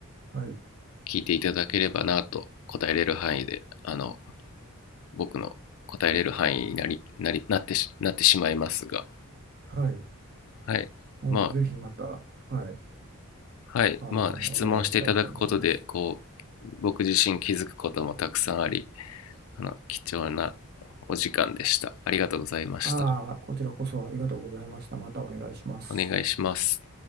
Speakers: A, on the right; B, on the left.
A: はい。
B: 聞いていただければなと、答えれる範囲で、あの、僕の答えれる範囲になり、なり、なってし、なってしまいますが、
A: はい。
B: はい。
A: もうぜひまた、
B: ま
A: はい。
B: あ、はい。
A: あの、
B: まあ、質問していただくことで、
A: お願いしたいと思います。
B: こう、僕自身気づくこともたくさんあり、あの、貴重なお時間でした。ありがとうございました。
A: ああ、こちらこそありがとうございました。またお願いします。
B: お願いします。